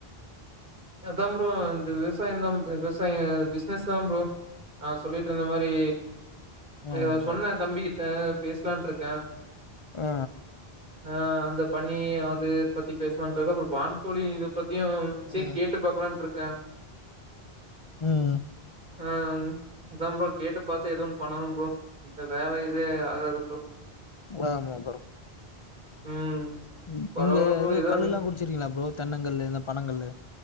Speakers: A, on the right; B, on the left.
A: அதா ப்ரோ இந்த விவசாயம் தா விவசாய பிசினஸ் தா ப்ரோ ஆ சொல்லிட்டு இருந்த மாரி ஆ
B: ஆமா
A: சொன்னே
B: ப்ரோ
A: தம்பிக்கிட்ட பேசலான் இருக்கே
B: ஆ
A: ஆ அந்த பன்னி அது பத்தி பேசலான்ருக்கே அப்றோ வான்கோழி இது பத்தியு சேரி
B: ம்
A: கேட்டு பாக்கலான்ட்ருக்கே
B: ம்
A: ஆ அதா ப்ரோ கேட்டு பாத்து ஏத ஒன்னு பண்ணணு ப்ரோ இந்த வேல இதே ஆகாது ப்ரோ
B: ஆமா ப்ரோ
A: ம்
B: ம்
A: பரவால்ல
B: இங்க
A: ப்ரோ
B: இது
A: ஏதோ
B: கள்லெல்லா
A: நீ
B: குடுச் சிருக்கிங்களா ப்ரோ தென்னங்கள்ளு இந்த பனங்கள்ளு